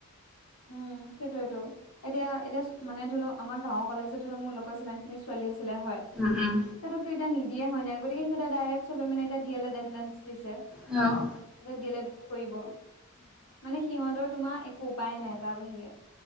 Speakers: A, on the left; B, in the centre.
A: উম সেইটোয়েটো। এতিয়া এতিয়া মানে ধৰি লও আমাৰ গাঁওৰ কলেজত ধৰিলওক মোৰ লগত যিমান খিনি ছোৱালী আছিলে হয়।
B: উম উম।
A: সিহঁতকটো এতিয়া নিদিয়ে হয়নে গতিকে সিহঁতে দাইৰেক্ট দিয়েলেদ এন্ত্ৰেঞ্চ দিছে।
B: অ'
A: সিহঁতে দিএলেড কৰিব মানে সিহঁতৰ তোমাৰ একো উপায়ে নাই তাৰ বাহিৰে।